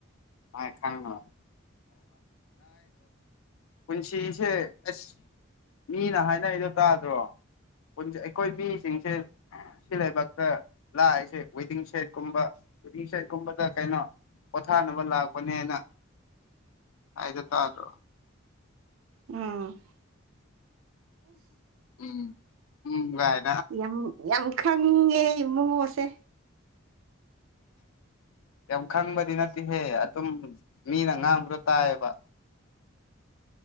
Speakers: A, on the left (about 80°); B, on the right (about 80°).
A: ꯑ ꯈ ꯄꯨꯟꯁꯤꯁꯦ ꯑꯁ ꯃꯤꯅ ꯍꯥꯏꯅꯩꯗꯣ ꯇꯥꯗ꯭ꯔꯣ ꯟ ꯑꯩꯈꯣꯏ ꯃꯤꯁꯤꯡꯁꯦ ꯁꯤ ꯂꯩꯥꯏꯕꯛꯇ ꯂꯥꯛꯏꯁꯦ ꯋꯦꯗꯤꯡ ꯁꯦꯠꯀꯨꯝꯕ ꯁ ꯀꯨꯝꯕꯗ ꯀꯩꯅꯣ ꯄꯊꯥ ꯂꯥꯛꯄꯅꯦ ꯍꯥꯏꯅ ꯍꯥꯏꯗ ꯇꯥꯗ꯭ꯔꯣ
B: ꯎꯝ
A: ꯎꯝ ꯎꯝ ꯥꯏ
B: ꯌꯥꯝ ꯌꯥꯝ ꯈꯪꯉꯦ ꯏꯃꯨꯡꯉꯣꯁꯦ
A: <inaudible> ꯌꯥꯝ ꯈꯪꯕꯗꯤ ꯅꯠꯇꯦꯍꯦ ꯑꯗꯨꯝ ꯃꯤꯅ ꯉꯥꯡꯕ꯭ꯔꯣ ꯇꯥꯏꯑꯕ